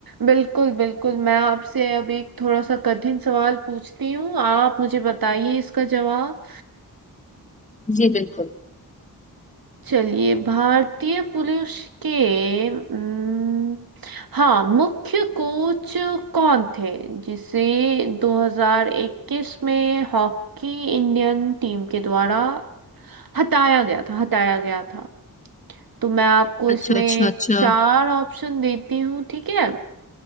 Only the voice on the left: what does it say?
जी बिल्कुल
अच्छा अच्छा अच्छा